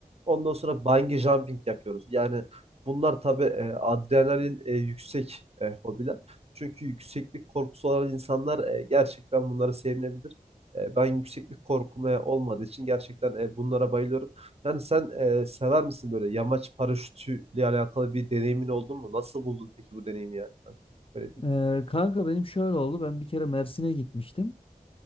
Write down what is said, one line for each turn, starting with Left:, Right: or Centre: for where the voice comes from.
Right: Ondan sonra bungee jumping yapıyoruz. Yani Bunlar tabii e, adrenalin e, yüksek e, hobiler. Çünkü yükseklik korkusu olan insanlar e, gerçekten bunları sevmeyebilir. E, ben yükseklik korkum e, olmadığı için gerçekten e, bunlara bayılıyorum. Yani sen e, sever misin böyle yamaç paraşütüyle alakalı bir deneyimin oldu mu? Nasıl buldun peki bu deneyimi yani? Ben Öyle diyeyim.
Left: Ee, kanka benim şöyle oldu. Ben bir kere Mersin'e gitmiştim.